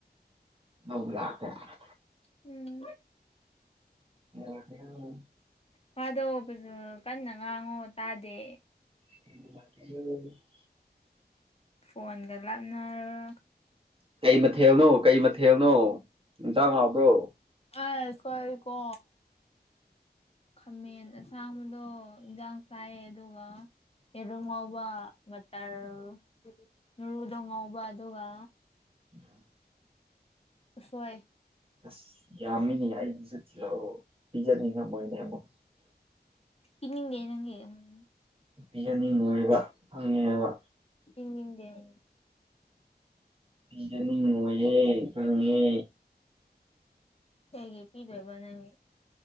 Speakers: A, on the right (about 35°); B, on the left (about 35°).
A: <unintelligible>
B: ꯎꯝ
A: <unintelligible>
B: ꯋꯥꯥꯗꯣ ꯀꯟꯅ ꯉꯥꯡꯉꯣ ꯇꯥꯗꯦ꯫
A: <unintelligible>
B: ꯐꯣꯟꯒ ꯂꯥꯞꯅꯔ
A: ꯀꯩ ꯃꯊꯦꯜꯅꯣ ꯀꯩ ꯃꯊꯦꯜꯅꯣ ꯍꯤꯟꯖꯥꯛ ꯍꯥꯎꯕ꯭ꯔꯣ꯫
B: ꯑꯁ ꯀꯣꯏ ꯀꯣ ꯈꯥꯃꯦꯟ ꯑꯁꯥꯡꯕꯗꯣ ꯌꯦꯟꯖꯥꯡ ꯆꯥꯏꯌꯦ ꯑꯗꯨꯒ ꯌꯦꯔꯨꯝ ꯉꯧꯕ ꯃꯠꯇꯔ ꯉꯔꯨꯗꯣ ꯉꯧꯕ ꯑꯗꯨꯒ
A: ꯎꯝ
B: ꯎꯁꯣꯏ
A: ꯑꯁ ꯌꯥꯝꯃꯤꯅꯦ ꯑꯩꯒꯤꯁꯨ ꯊꯤꯜꯂꯛꯑꯣ ꯄꯤꯖꯅꯤꯡꯉꯝꯃꯣꯏꯅꯦ ꯑꯃꯨꯛ
B: unintelligible
A: ꯄꯤꯖꯅꯤꯡꯉꯣꯏꯕ ꯈꯪꯉꯦꯕ꯫
B: inaudible
A: ꯄꯤꯖꯅꯤꯡꯉꯣꯏꯌꯦ ꯈꯪꯉꯦ꯫
B: ꯀꯩꯒꯤ ꯄꯤꯗꯣꯏꯕ ꯅꯪꯒꯤ